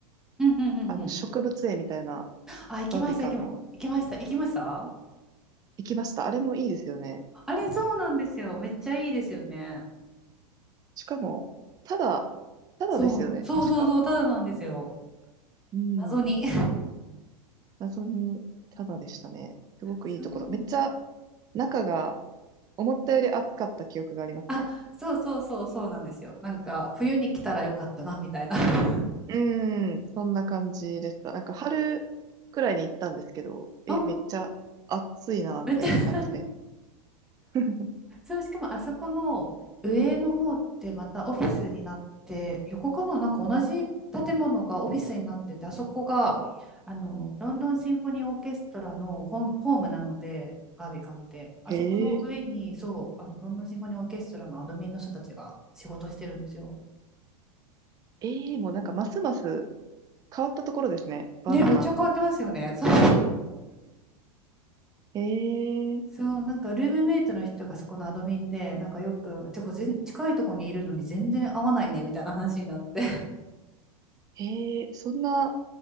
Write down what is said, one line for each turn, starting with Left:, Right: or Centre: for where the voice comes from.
Centre: うんうんうん
Right: あの、植物園みたいな
Centre: あ、行きました、
Right: バービカンの。
Centre: 行きま、行きました、行きました
Right: 行きました。あれもいいですよね。
Centre: あれ、そうなんですよ。めっちゃいいですよね。
Right: しかも、ただ、ただですよね、
Centre: そう、そうそうそう、
Right: 確か。
Centre: ただなんですよ。
Right: うん。
Centre: 謎に。
Right: 謎に、ただでしたね。すごくいいところ。
Centre: <laughs> そう。
Right: めっちゃ、中が、思ったより暑かった記憶がありますね。
Centre: あ、そうそうそう、そうなんですよ。なんか、冬に来たらよかったな、みたいな。<laughs>
Right: うん、そんな感じでした。なんか春くらいに行ったんですけど、え、
Centre: あ、
Right: めっちゃ暑いな、
Centre: めっちゃ
Right: みたいな感じで。<laughs>
Centre: そう、しかもあそこの上の方ってまたオフィスになって、横かな、なんか同じ建物がオフィスになってて、あそこがあのロンドンシンフォニーオーケストラのホーム、ホームなので、バービカンって、あそこの上に、
Right: へえ、
Centre: そう、あのロンドンシンフォニーオーケストラのアドミンの人たちが仕事してるんですよ。
Right: ええもうなんかますます変わったところですね、バービカン。
Centre: ね、めっちゃ変わってますよね。<laughs> そう、
Right: へえ、
Centre: そう、なんかルームメイトの人がそこのアドミンで、なんかよく、てか全近いとこにいるのに全然合わないねみたいな話になって。
Right: へえ、そんな